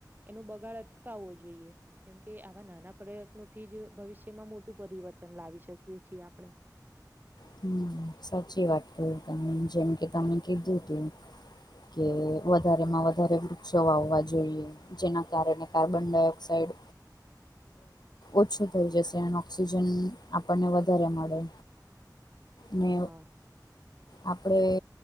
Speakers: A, on the right (about 25°); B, on the left (about 70°).
A: એનો બગાડ અટકાવવો જોઈએ. કેમ કે આવા નાના પ્રયત્નોથી જ ભવિષ્યમાં મોટું પરિવર્તન લાવી શકીએ છી આપણે.
B: હમ સાચી વાત કરી તમે જેમ કે તમે કીધું તું કે વધારે માં વધારે વૃક્ષો વાવવા જોઈએ. જેના કારણે કાર્બનડાયોક્સઇડ ઓછું થઈ જશે અને ઓક્સિજન આપણને વધારે મળે. ને
A: હા
B: આપણેે